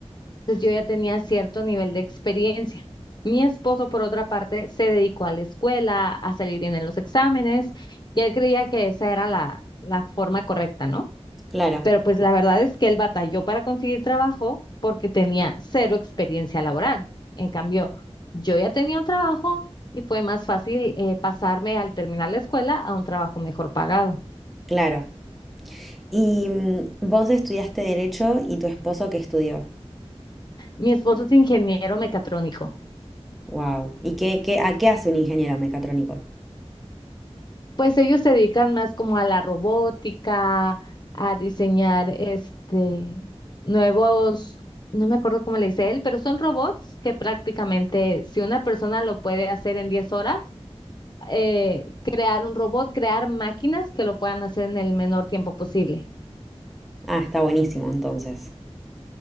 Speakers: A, on the left; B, in the centre.
A: entonces yo ya tenía cierto nivel de experiencia. Mi esposo, por otra parte, se dedicó a la escuela, a salir bien en los exámenes, y él creía que esa era la, la forma correcta, ¿no?
B: Claro,
A: Pero pues la verdad es que él batalló para conseguir trabajo porque tenía cero experiencia laboral. En cambio, yo ya tenía un trabajo y fue más fácil eh, pasarme al terminar la escuela a un trabajo mejor pagado.
B: claro. Y mm, vos estudiaste derecho y tu esposo qué estudió.
A: Mi esposo es ingeniero mecatrónico.
B: Wow. ¿Y qué, qué, a qué hace un ingeniero mecatrónico?
A: Pues ellos se dedican más como a la robótica, a diseñar este nuevos, no me acuerdo cómo le dice él, pero son robots que prácticamente si una persona lo puede hacer en 10 horas, eh, crear un robot, crear máquinas que lo puedan hacer en el menor tiempo posible.
B: Ah, está buenísimo entonces.